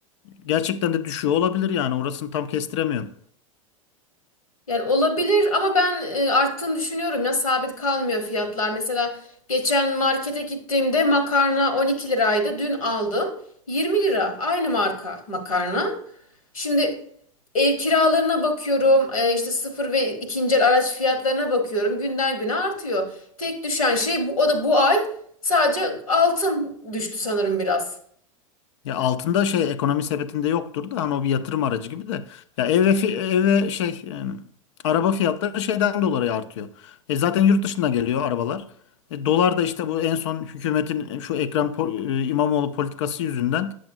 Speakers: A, on the left; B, on the left.
A: Gerçekten de düşüyor olabilir yani orasını tam kestiremiyorum.
B: Yani olabilir ama ben e, arttığını düşünüyorum ya sabit kalmıyor fiyatlar. Mesela geçen markete gittiğimde makarna 12 liraydı. Dün aldım 20 lira aynı marka makarna. Şimdi ev kiralarına bakıyorum e, işte sıfır ve ikinci el araç fiyatlarına bakıyorum günden güne artıyor. Tek düşen şey bu, o da bu ay sadece altın düştü sanırım biraz.
A: Ya altında şey ekonomi sepetinde yoktur da hani o bir yatırım aracı gibi de. Ya ev ve, fi- ev ve şey e, araba fiyatları şeyden dolayı artıyor. E zaten yurt dışından geliyor arabalar. E, dolar da işte bu en son hükümetin e, şu Ekrem Po- e, İmamoğlu politikası yüzünden